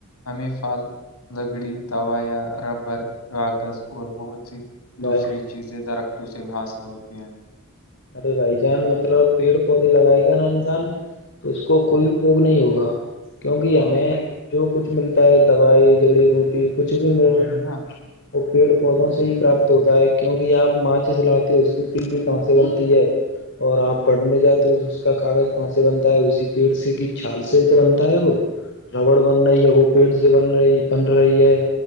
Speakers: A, on the left; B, on the left.
A: ہمیں پھل لکڑی دوائیاں ربر کاغذ اور بہت سی
B: بھائی
A: دوسری چیزیں درختوں سے میں حاصل ہوتی ہیں
B: ارے بھائی جان مطلب پیڑ پودے لگائے گا نا انسان تو اس کو
A: ہاں
B: کوئی روگ نہیں ہوگا کیونکہ
A: ہاں
B: ہمیں جو کچھ ملتا ہے دوائی جڑی بوٹی کچھ بھی مل
A: وہی
B: رہا
A: نا
B: وہ پیڑ پودوں سے ہی پراپت ہوتا ہے کیوںکہ آپ ماںچ سے لاتے ہو اس کی تلی کہاں سے بنت ہے اور آپ پڑھنے جاتے ہو اس کا کاغذ کہاں سے بنتا ہے اسی پیڑ سے کی چھال سے تو بنتا ہے وہ ربڑ بن رہی ہے وہ پیڑ سے بن رہی بن رہی ہے